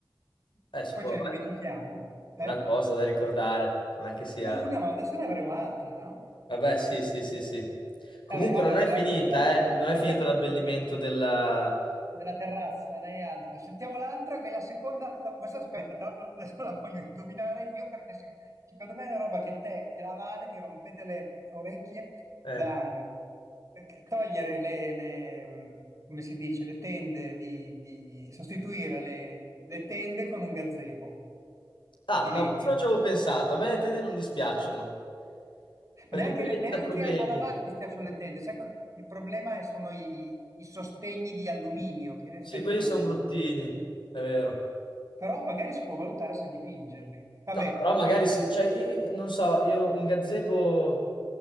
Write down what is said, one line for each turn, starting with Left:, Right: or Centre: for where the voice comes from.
Left: Eh, si
Right: Poi
Left: può.
Right: ce
Left: vabbè,
Right: ne dimentichiamo,
Left: una
Right: eh?
Left: cosa da ricordare, non è che sia.
Right: Una, ma adesso ne avremo altre, no?
Left: Vabbè, sì, sì, sì, sì. Comunque
Right: Vabbè, allora,
Left: non è Vabbè.
Right: la,
Left: finita,
Right: la,
Left: eh? Non
Right: la
Left: è finito
Right: Jacuzzi,
Left: l'abbellimento della...
Right: della terrazza, ne hai altre. Sentiamo l'altra, che è la seconda... No, questa aspetta, tra l'altro adesso la voglio indovinare io perché se- secondo me è una roba che te e la Vale mi rompete le orecchie
Left: eh.
Right: da anni. Perché Togliere le, le- come si dice, le tende di, di- sostituire le, le tende con un gazebo
Left: Ah,
Right: di
Left: no,
Right: legno.
Left: questo non ci avevo pensato. A me le tende non dispiacciono, perché
Right: Ma neanche,
Left: poi lì
Right: neanche
Left: ti dà problemi.
Right: a lavare mi piacciono le tende. Sai co- il problema è- sono i, i sostegni di alluminio, che in effetti
Left: Sì, quelli
Right: non
Left: sono
Right: sono
Left: bruttini,
Right: molto.
Left: è vero.
Right: Però magari si può valutare se dipingerli. Vabbè,
Left: No, però magari sì, cioè, i- i- non so, io un gazebo...